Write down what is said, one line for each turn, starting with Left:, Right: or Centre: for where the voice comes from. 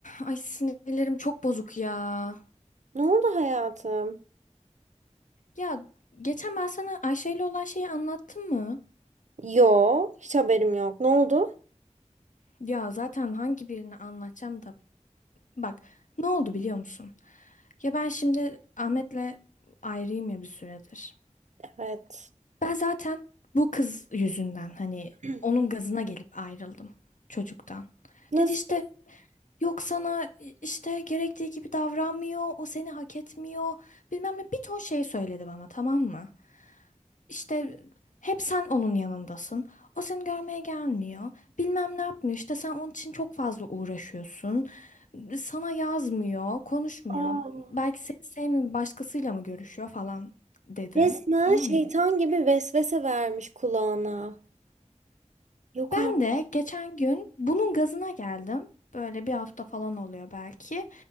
Left: Ay sinirlerim çok bozuk ya.
Right: Ne oldu hayatım?
Left: Ya geçen ben sana Ayşe ile olan şeyi anlattım mı?
Right: Yo, hiç haberim yok. Ne oldu?
Left: Ya zaten hangi birini anlatacağım da. Bak ne oldu biliyor musun? Ya ben şimdi Ahmet'le ayrıyım ya bir süredir.
Right: Evet.
Left: Ben zaten bu kız yüzünden hani
Right: <clears throat>
Left: onun gazına gelip ayrıldım çocuktan.
Right: Nasıl?
Left: Dedi işte yok sana işte gerektiği gibi davranmıyor, o seni hak etmiyor bilmem ne bir ton şey söyledi bana tamam mı? İşte hep sen onun yanındasın. O seni görmeye gelmiyor. Bilmem ne yapmıyor. İşte sen onun için çok fazla uğraşıyorsun. Sana yazmıyor, konuşmuyor.
Right: Aa,
Left: Belki seni sevmiyor, başkasıyla mı görüşüyor falan dedi.
Right: resmen
Left: Tamam
Right: şeytan
Left: mı?
Right: gibi vesvese vermiş kulağına. Yok
Left: Ben
Right: artık.
Left: de
Right: <gasps>
Left: geçen gün bunun gazına geldim. Böyle bir hafta falan oluyor belki.